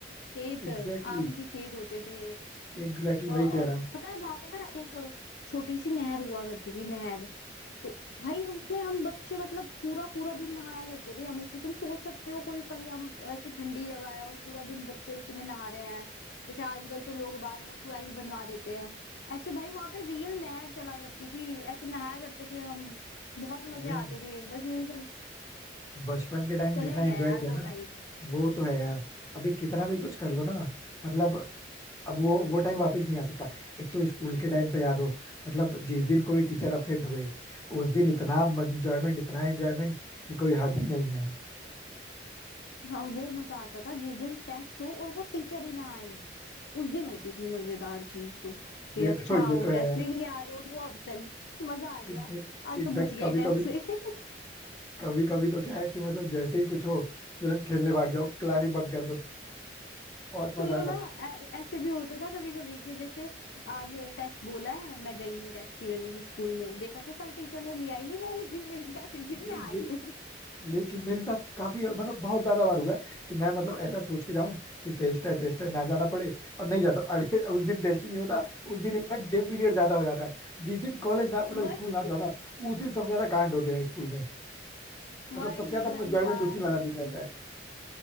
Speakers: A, on the left; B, on the left.
A: खेत
B: एग्जैक्टली
A: आम के खेत होते थे
B: एग्जैक्टली वही
A: वहाँ-
B: कह
A: और
B: रहा हूँ
A: पता है वहां पे ना एक छोटी सी नहर हुआ करती थी नहर तो भाई उसमें हम बच्चे मतलब पूरा पूरा दिन नहाया करते थे हम उसमें तुम सोच सकते हो कोई कहीं हम ऐसी ठंडी जगह है और पूरा दिन बच्चे उसी में नहा रहे हैं जैसे आजकल तो लोग बाग वो ट्वेल्व बनवा देते हैं ऐसे भाई वहां पे रियल नहर चला करती थी ऐसे नहाया करते थे हम बहुत मजे
B: ये ना
A: आते थे बस यही सब
B: बचपन के टाइम
A: चला
B: जितना एंजॉय
A: गया यार
B: किया
A: वो
B: ना
A: टाइम
B: वो तो है यार अभी कितना भी कुछ कर लो ना मतलब अब वो वो टाइम वापस नहीं आ सकता एक तो स्कूल के टाइम पे याद हो मतलब जिस दिन कोई टीचर अपसेंट हुए उस दिन इतना एंजॉयमेंट इतना एंजॉयमेंट कि कोई हद ही नहीं है
A: हाँ वो मजा आता था जिस दिन टेस्ट हो और वो टीचर ही ना आए उस दिन होती थी मजेदार चीज तो कि
B: ये
A: अच्छा
B: तो ये
A: वो
B: तो है
A: टेस्ट
B: यार
A: लेंगे आज और वो अब्सेंट मजा आ गया
B: इनफैक्ट
A: आज
B: इनफैक्ट
A: तो बच गए
B: कभी
A: टेस्ट
B: कभी
A: से <laughs>
B: कभी कभी तो क्या है कि मतलब जैसे ही कुछ हो तुरंत खेलने भाग जाओ क्लास ही बंक कर दो बहुत मजा
A: सुनो
B: आता
A: ना
B: था
A: ऐ- ऐसे भी होता था कभी कभी कि जैसे आज टेस्ट बोला है मैं गई नहीं टेस्ट की वजह से स्कूल में देखा कि कल टीचर ने लिया ही नहीं वो उस दिन ले लिया जिस
B: <laughs>
A: दिन
B: ये
A: मैं आई
B: ये
A: हूँ <laughs>
B: ये चीज मेरे साथ काफी मतलब बहुत ज्यादा बार हुआ है कि मैं मतलब ऐसा सोच के जाऊं कि टेस्ट है टेस्ट है ना जाना पड़े और नहीं जाता अगले उस दिन टेस्ट ही नहीं होता उस दिन इनफैक्ट गेम पीरियड ज्यादा हो जाता है जिस दिन कॉलेज ना मतलब
A: वही
B: स्कूल ना जाओ ना उस दिन सबसे ज्यादा कांड होते हैं स्कूल में
A: वही
B: मतलब सबसे ज्यादा
A: वही
B: एंजॉयमेंट
A: यार
B: उसी वाला
A: ये
B: दिन रहता है